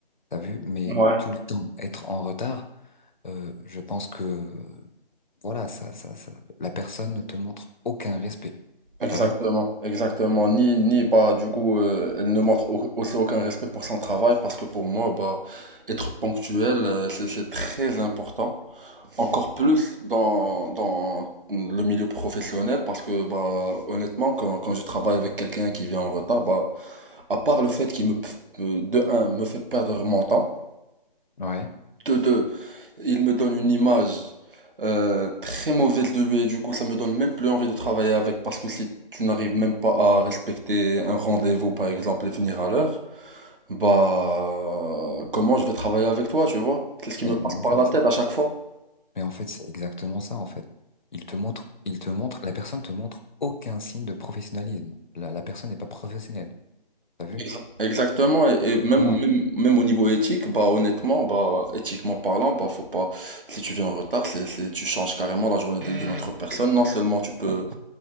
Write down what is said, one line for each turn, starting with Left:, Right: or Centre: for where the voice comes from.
Left: t'as vu, mais
Right: Ouais.
Left: tout le temps être en retard, euh, je pense que euh, voilà, ça, ça, ça, la personne ne te montre aucun respect,
Right: Exactement,
Left: t'as vu?
Right: exactement. Ni, ni bah du coup euh, elle ne montre au- aussi aucun respect pour son travail parce que pour moi bah être ponctuel euh, c'est c'est très important. Encore plus dans, dans le milieu professionnel parce que bah honnêtement quand, quand je travaille avec quelqu'un qui vient en retard bah à part le fait qu'il me p- euh, de un me fait perdre mon temps
Left: Ouais.
Right: de deux, il me donne une image euh, très mauvaise de lui et du coup ça me donne même plus envie de travailler avec parce que si tu n'arrives même pas à respecter un rendez-vous par exemple et venir à l'heure, bah comment je vais travailler avec toi, tu vois? C'est ce qui
Left: Mais,
Right: me passe
Left: mais en
Right: par
Left: fait,
Right: la tête à chaque fois.
Left: Mais en fait, c'est exactement ça, en fait. Il te montre, il te montre, la personne te montre aucun signe de professionnalisme. La, la personne n'est pas professionnelle. T'as vu?
Right: Exa- Exactement, et, et même,
Left: Voilà,
Right: même, même au niveau éthique, bah honnêtement, bah éthiquement parlant, bah faut pas, si tu viens en retard, c'est, c'est- tu changes carrément la journée de- d'une autre personne, non seulement tu peux